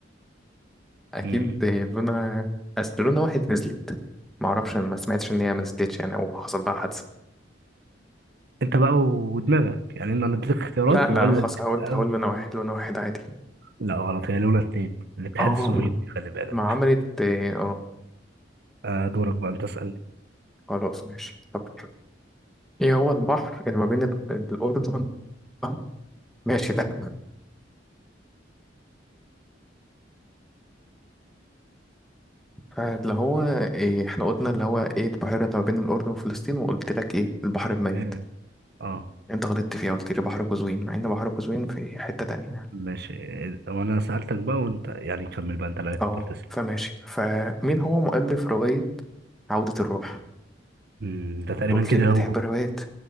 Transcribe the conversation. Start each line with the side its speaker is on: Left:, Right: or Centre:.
Centre: أكيد
Right: مم.
Centre: لونا أصل لونا واحد نزلت معرفش أنا ما سمعتش إن هي ما نزلتش يعني أو حصل لها حادثة
Right: انت بقى ودماغك يعني انا اديتك اختيارات
Centre: لا لا
Right: وبقول
Centre: أنا خلاص
Right: لك
Centre: هقول
Right: أه،
Centre: هقول لونا واحد لونا واحد عادي
Right: لا غلط هي لولا اتنين الاتحاد
Centre: اه
Right: السوفيتي خلي بالك
Centre: ما عملت اه
Right: آه دورك بقى انت اسألني
Centre: خلاص ماشي طب ايه هو البحر اللي ما بين ال- الأردن <laughs> ماشي ده فاللي هو إيه احنا قلنا اللي هو ايه البحيرة اللي ما بين الأردن وفلسطين وقلت لك ايه البحر الميت
Right: اه آه،
Centre: انت غلطت فيها قلت لي بحر قزوين مع ان بحر قزوين في حتة تانية يعني
Right: ماشي وانا سألتك بقى وانت يعني كمل بقى انت اللي عليك
Centre: اه
Right: الدور تسأل
Centre: فماشي فمين هو مؤلف رواية عودة الروح انت
Right: مم، ده تقريبا
Centre: قلت
Right: كده
Centre: لي بتحب
Right: هيوجو
Centre: الروايات